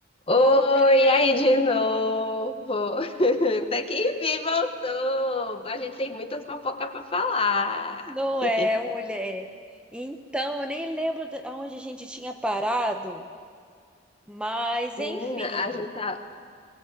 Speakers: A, on the left (about 30°); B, in the centre.
A: Oi,
B: Voltei,
A: aí de novo. <laughs> Até que enfim voltou. A gente tem muitas fofocas para falar.
B: não
A: <laughs>
B: é, mulher. Então, eu nem lembro de- aonde a gente tinha parado, mas
A: Menina,
B: enfim,
A: a gente tá.